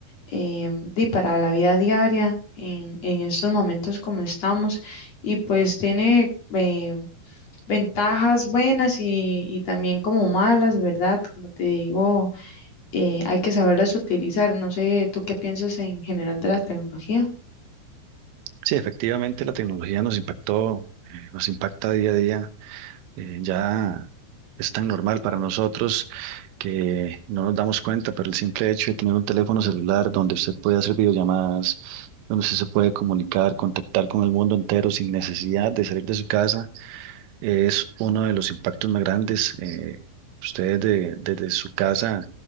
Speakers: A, on the left; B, on the right.
A: eh, di, para la vida diaria en, en estos momentos como estamos y pues tiene eh, ventajas buenas y, y también como malas, ¿verdad? Como te digo, eh, hay que saberlas utilizar. No sé, ¿tú qué piensas en general de la tecnología?
B: Sí, efectivamente la tecnología nos impactó, eh, nos impacta día a día. Eh, ya es tan normal para nosotros que no nos damos cuenta, pero el simple hecho de tener un teléfono celular donde usted puede hacer videollamadas, donde usted se puede comunicar, contactar con el mundo entero sin necesidad de salir de su casa Es uno de los impactos más grandes. eh, usted de- desde su casa